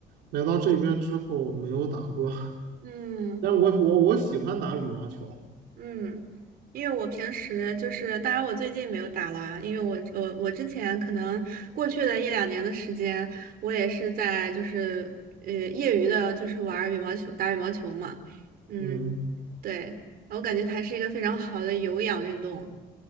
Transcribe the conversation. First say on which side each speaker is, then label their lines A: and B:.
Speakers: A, on the right; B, on the right.
A: 来到这边之后没有打过，<laughs>
B: 嗯。
A: 但我我我喜欢打羽毛球，
B: 嗯，因为我平时就是，当然我最近没有打了，因为我我我之前可能过去的一两年的时间，我也是在就是呃业余的，就是玩儿羽毛球，打羽毛球嘛。嗯，
A: 嗯。
B: 对，我感觉它是一个非常好的有氧运动。